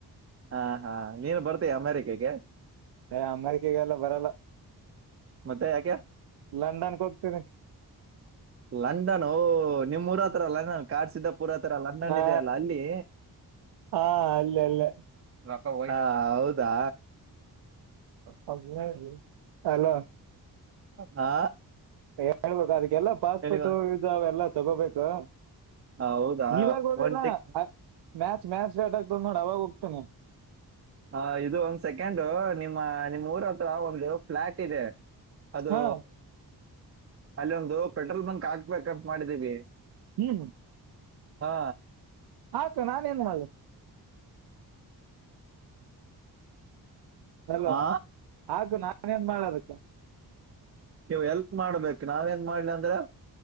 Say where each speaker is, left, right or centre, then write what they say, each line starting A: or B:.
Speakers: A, on the right; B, on the right.
A: ಹಾ ಹಾ ನೀನ್ ಬರ್ತೀಯಾ ಅಮೇರಿಕೆಗೆ.
B: ಹೇ ಅಮೇರಿಕೆಗೆ ಎಲ್ಲ ಬರಲ್ಲ.
A: ಮತ್ತೆ ಯಾಕೆ.
B: ಲಂಡನ್ಗೆ ಹೋಗ್ತೀನಿ
A: ಲಂಡನ್ ಓ ನಿಮ್ಮ್ ಊರಹತ್ರ ಲಂಡನ್. ಕಾಡಸಿದ್ದಪುರ್ ಹತ್ರ ಲಂಡನ್
B: ಹಾ
A: ಇದೆ ಅಲ್ಲ ಅಲ್ಲಿ.
B: ಹಾ ಅಲ್ಲೆ ಅಲ್ಲೆ.
A: ಹೌದಾ.
B: ಹಲ್ಲೋ.
A: ಹಾ.
B: ಹೇಳಬೇಕು ಅದಕ್ಕೆಲ್ಲಾ ಪಾಸ್ಪೋರ್ಟ್
A: ಏನಿವ
B: ವಿಜಾ ಅವೆಲ್ಲಾ ತಗೋಬೇಕು.
A: ಆ, ಹೌದಾ
B: ಇವಾಗ ಹೋಗದಿಲ್ಲ
A: ಒಂದ್
B: ನಾ
A: ಟಿಕ್
B: ಅ ಮ್ಯಾಚ್ ಮ್ಯಾಚ್ ಸ್ಟಾಟ್ ಆಗ್ತದ ನೋಡ ಅವಾಗ ಹೋಗ್ತನಿ.
A: ಹ ಇದು ಒಂದ ಸೆಕೆಂಡ್ ನಿಮ್ಮ ನಿಮ್ಮ್ ಊರ ಹತ್ರ ಒಂದು ಫ್ಲಾಟ್ ಇದೆ. ಅದು
B: ಹಾ
A: ಅಲ್ಲೊಂದು ಪೆಟ್ರೋಲ್ ಬಂಕ್ ಹಾಕ್ಬೇಕಂತ ಮಾಡಿದೀವಿ.
B: ಏನು
A: ಹಾ.
B: ಹಾಕು ನಾನ್ ಏನ್ ಮಾಡ್ಲಿ. ಅಲ್ವಾ
A: ಹಾ
B: ಹಾಕ್ ನಾನೇನ್ ಮಾಡ್ಲಿ ಅದಿಕ್ಕೆ.
A: ನೀವು ಹೆಲ್ಪ್ ಮಾಡ್ಬೇಕ್ ನಾವೇನ್ ಮಾಡ್ಲ್ ಅಂದ್ರ್.